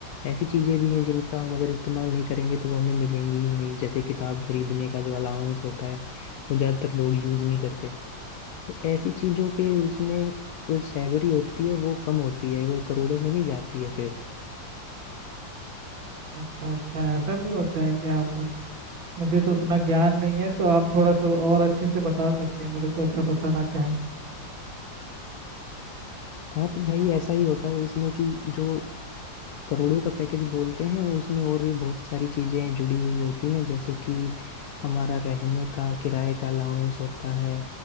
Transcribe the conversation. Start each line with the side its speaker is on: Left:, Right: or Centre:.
Left: ऐसी चीजें भी हैं जिनका हम अगर इस्तेमाल नहीं करेंगे तो वो हमें मिलेंगी ही नहीं जैसे किताब खरीदने का जो अलाउंस होता है वो ज्यादातर लोग यूज नहीं करते तो ऐसी चीजों के उसमें जो सैलरी होती है वो कम होती है वो करोड़ों में नहीं जाती है फिर
Right: अच्छा अच्छा ऐसा भी होता है क्या मुझ- मुझे तो उतना ज्ञान नहीं है तो आप थोड़ा सा और अच्छे से बता सकते हैं मेरे को अगर बताना चाहें
Left: हाँ तो भाई ऐसा ही होता है इसमें कि जो करोड़ों का पैकेज बोलते हैं उसमें और भी बहुत सारी चीजें जुड़ी हुई होती हैं जैसे कि हमारा रहने का किराए का अलाउंस होता है